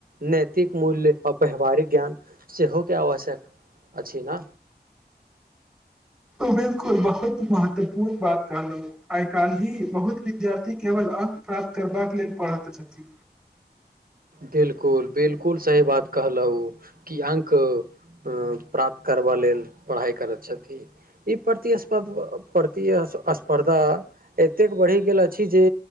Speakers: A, on the right (about 55°); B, in the centre.
A: नैतिक मूल्य आ व्यवहारिक ज्ञान सेहोके आवश्यक अछि ना
B: तो बिल्कुल बहुत महत्वपूर्ण बात कहलौ आय काल्हि बहुत विद्यार्थी केवल अंक प्राप्त करबाक लेल पढ़त छथि।
A: बिलकुल बिलकुल सही बात कहलौ कि अंक अ प्राप्त करबा लेल पढ़ाइ करैत छथि, ई प्रति <unintelligible> प्रति अस अस्पर्धा एतेक बढ़ि गेल अछि जे